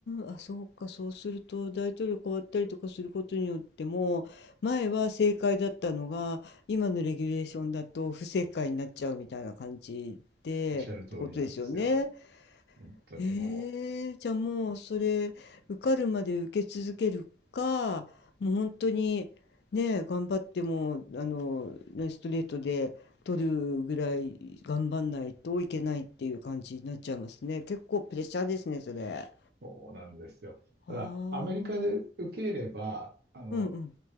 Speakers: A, on the left (about 65°); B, on the right (about 60°).
A: ん、あ、そうか、そうすると大統領変わったりとかすることによっても、前は正解だったのが、今のレギュレーションだと不正解になっちゃうみたいな感じで、
B: おっしゃる通りなんですよ。
A: ってことですよね。
B: 本当にもう。
A: へえ、じゃあもうそれ、受かるまで受け続けるか、もう本当に、ね、頑張っても、あの、ね、ストレートで取るぐらい頑張んないといけないっていう感じになっちゃいますね。結構プレッシャーですね、それ。
B: そうなんですよ。
A: ああ、
B: ただ、
A: うん
B: アメリカで受ければ、あの、
A: うん。